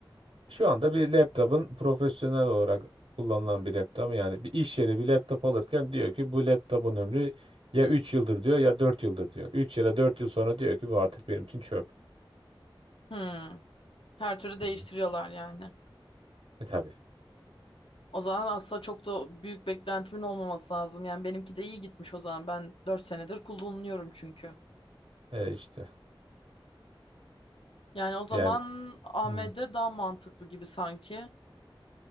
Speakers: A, on the right; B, on the left.
A: Şu anda bir laptopun profesyonel olarak kullanılan bir laptop yani bir iş yeri bir laptop alırken diyor ki bu laptopun ömrü ya 3 yıldır diyor ya 4 yıldır diyor. üç ya da 4 yıl sonra diyor ki bu artık benim için çöp.
B: Hmm. Her türlü değiştiriyorlar
A: Hı.
B: yani.
A: E tabii.
B: O zaman aslında çok da büyük beklentimin olmaması lazım. Yani benimki de iyi gitmiş o zaman. Ben 4 senedir kullanıyorum çünkü.
A: E işte
B: Yani o zaman
A: yani
B: AMD
A: Hı.
B: daha mantıklı gibi sanki.